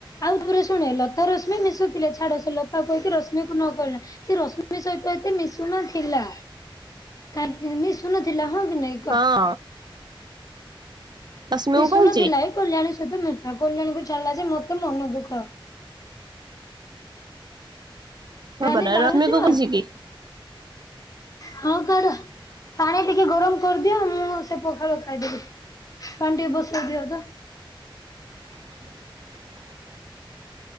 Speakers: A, on the left; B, on the right.
A: ଆଉ ଥରେ ଶୁଣେ ଲତା ରଶ୍ମି ମିଶୁ ଥିଲେ ଛାଡ ସେ ଲତା କହିକି ରଶ୍ମିକୁ ନ କହିଲା ସେ ରଶ୍ମି ସହିତ ଏତେ ମିଶୁନ ଥିଲା କା ମି ଶୁନଥିଲା ହଁ କି ନାଇଁ
B: ହଁ
A: କହ
B: ରଶ୍ମିକୁ
A: ମିଶୁନଥିଲା
B: କହିଛି
A: ଏଇ କଲ୍ୟାଣୀ ସହିତ ମିଶୁ କଲ୍ୟାଣୀକୁ ଛାଡ଼ିଲା ଯେ ମତେ ମନ ଦୁଃଖ।
B: ହବନା
A: ରାନୀ ବାହାରୁଛ?
B: ରଶ୍ମି କୁ କହିଛି କି?
A: ହଁ କର ପାଣି ଟିକେ ଗରମ କରିଦିଅ ମୁଁ ସେ ପଖାଳ ଖାଇଦେବି। ପାଣି ଟିକେ ବସ ଦିଅ ତ,
B: <inaudible>